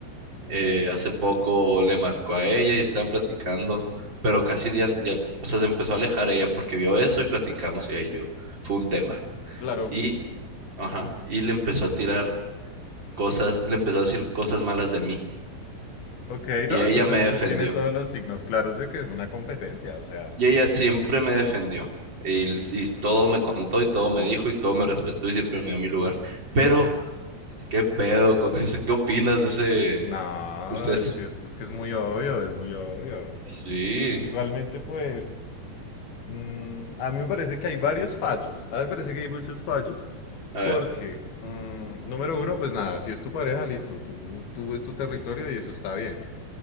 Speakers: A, on the right (about 30°); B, on the left (about 80°).
A: eh, hace poco le marcó a ella y estaban platicando, pero casi ya, ya, o sea, se empezó a alejar ella porque vio eso y platicamos ella y yo. Fue un tema.
B: claro.
A: Y, ajá, y le empezó a tirar cosas, le empezó a decir cosas malas de mí.
B: Ok,
A: Y
B: no,
A: ella
B: eso, es-
A: me
B: eso
A: defendió.
B: tiene todos los signos claros de que es una competencia, o sea,
A: Y ella siempre me defendió. Y, l- y todo me contó y todo me dijo y todo me respetó y siempre me dio mi lugar. Pero, ¿qué pedo con eso? ¿Qué opinas de ese
B: no,
A: suceso?
B: es que es, es que es muy obvio, es muy obvio.
A: Sí.
B: Igualmente, pues, mm, a mí me parece que hay varios fallos, a mí me parece que hay muchos fallos,
A: A
B: porque,
A: ver.
B: mm, número uno, pues nada, si es tu pareja, listo, tú, tú es tu territorio y eso está bien.